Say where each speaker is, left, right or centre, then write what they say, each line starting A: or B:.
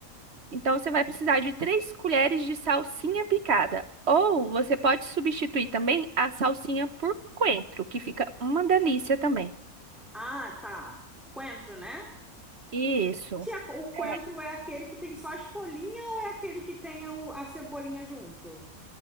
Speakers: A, on the right (about 50°); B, in the centre.
A: Então, você vai precisar de três colheres de salsinha picada. Ou você pode substituir também a salsinha por coentro, que fica uma delícia também.
B: Ah, tá. Coentro, né?
A: Isso.
B: Tia, o coentro
A: é,
B: é aquele que tem só as folhinhas ou é aquele que tem o- a cebolinha junto?